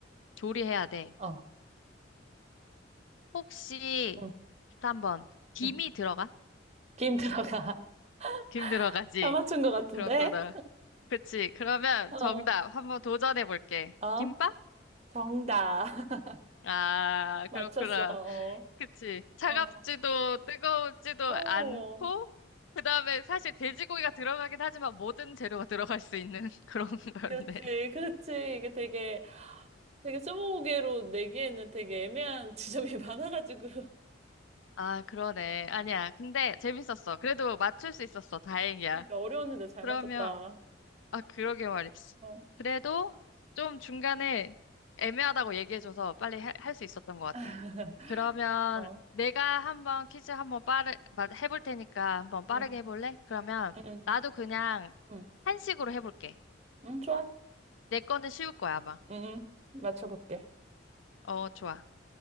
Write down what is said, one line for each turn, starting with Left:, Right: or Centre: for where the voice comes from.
Left: 조리해야 돼.
Right: 어,
Left: 혹시
Right: 응,
Left: 한번 김이
Right: 응.
Left: 들어가?
Right: 김 들어가.
Left: 김 들어가지.
Right: <laughs> 다 맞춘 것 같은데?
Left: 그렇구나. 그치. 그러면
Right: 어,
Left: 정답 한번 도전해 볼게.
Right: 어,
Left: 김밥?
Right: 정답. <laughs>
Left: 아,
Right: 맞췄어.
Left: 그렇구나.
Right: 어,
Left: 그치. 차갑지도
Right: 어,
Left: 뜨거운지도
Right: 어.
Left: 않고, 그 다음에 사실 돼지고기가 들어가긴 하지만 모든 재료가 들어갈 수 있는 <laughs> 그런 거였네.
Right: 그렇지, 그렇지. 이게 되게, 되게 스무고개로 내기에는 되게 애매한 지점이 <laughs> 많아가지고.
Left: 아, 그러네. 아니야.
Right: 어.
Left: 근데 재밌었어. 그래도 맞출 수 있었어. 다행이야.
Right: 그러니까 어려웠는데 잘
Left: 그러면
Right: 맞췄다.
Left: 아, 그러게 말이지.
Right: 어.
Left: 그래도 좀 중간에 애매하다고 얘기해줘서 빨리 할 수 있었던 것 같아.
Right: <laughs>
Left: 그러면
Right: 어.
Left: 내가 한번 퀴즈 한번 빠르, 맞- 해볼 테니까 한번 빠르게
Right: 응,
Left: 해볼래? 그러면
Right: 응,
Left: 나도 그냥
Right: 응.
Left: 한식으로 해볼게.
Right: 응, 좋아.
Left: 내 거는 쉬울 거야, 아마.
Right: 응, 응. 맞춰볼게.
Left: 어, 좋아.